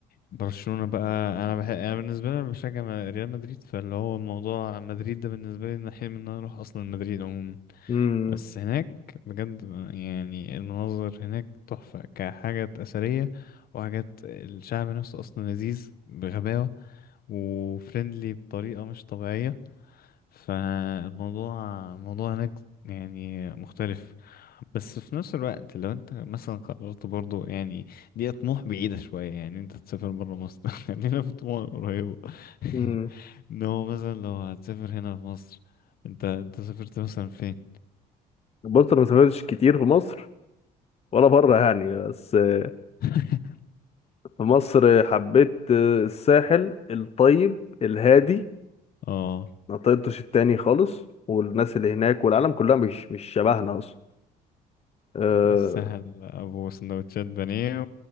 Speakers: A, on the left (about 60°); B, on the left (about 40°).
A: برشلونة بقى انا بح... انا بالنسبة لي أنا بشجع م- ريال مدريد فاللي هو موضوع مدريد ده بالنسبة لي إن حلم ان انا اروح اصلا مدريد عموما
B: امم
A: بس هناك بجد آه، يعني المناظر هناك تحفة كحاجات اثرية وحاجات الشعب نفسه اصلا لذيذ بغباوة وفريندلي بطريقة مش طبيعية فالموضوع الموضوع هناك يعني مختلف بس في نفس الوقت لو انت مثلا قررت برضو يعني دي طموح بعيدة شوية يعني انت تسافر برا مصر <laughs> خلينا في طموح قريبة
B: امم
A: <laughs> ان هو مثلا لو هتسافر هنا في مصر انت انت سافرت مثلا فين
B: بص انا ما سافرتش كتير في مصر ولا بره يعني بس آه،
A: <laughs>
B: في مصر حبيت آه، الساحل الطيب الهادي
A: اه
B: ما طيبتش التاني خالص والناس اللي هناك والعالم كلها مش مش شبهنا اصلا آه
A: السهل ابو سندوتشات بانيه